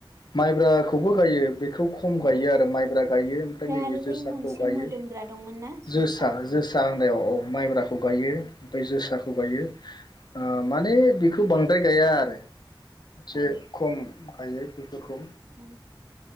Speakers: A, on the left; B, on the right.
A: माइब्राखौबो गायो बे बेखौ खम
B: औ
A: गायो आरो माइब्रा गायो ओमफ्राय नैबे
B: आरो
A: जोसाखौ
B: बै मोनसे
A: गायो
B: मोदोमग्रा दंमोन ना
A: जोसा
B: औ
A: जोसा होनायाव
B: उम
A: औ माइब्राखौ गायो
B: उम
A: ओमफ्राय जोसा जोसाखौ गायो अ
B: उम
A: माने बि दि बांद्राय गैाया आरो से
B: औ
A: खम गायो बेखौ
B: औ